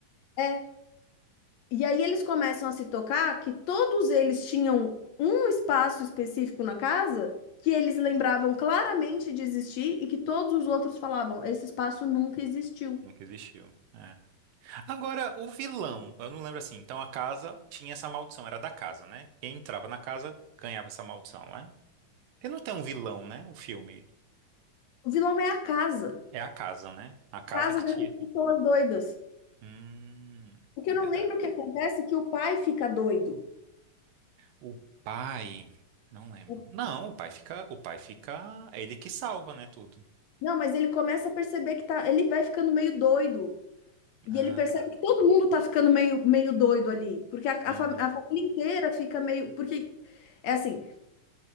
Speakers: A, on the left; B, on the right.
A: é, E aí eles começam a se tocar que todos eles tinham um espaço específico na casa que eles lembravam claramente de existir e que todos os outros falavam, esse espaço nunca existiu.
B: Nunca existiu. É. Agora, o vilão, eu não lembro assim. Então a casa tinha essa maldição, era da casa, né? Quem entrava na casa ganhava essa maldição, né? Porque não tem um vilão, né? O filme.
A: O vilão é a casa,
B: É a casa, né? A
A: a
B: casa
A: casa
B: que
A: dessas
B: tinha.
A: pessoas doidas.
B: Hum,
A: Porque eu não
B: verdade.
A: lembro o que acontece é que o pai fica doido.
B: O pai. Não lembro.
A: O-
B: Não, o pai fica. O pai fica. É ele que salva, né? Tudo.
A: Não, mas ele começa a perceber que tá, ele vai ficando meio doido. E
B: Ah,
A: ele percebe
B: tá.
A: que todo mundo tá ficando meio, meio doido ali. Porque a,
B: Uhum.
A: a fam- a família inteira fica meio. Porque é assim.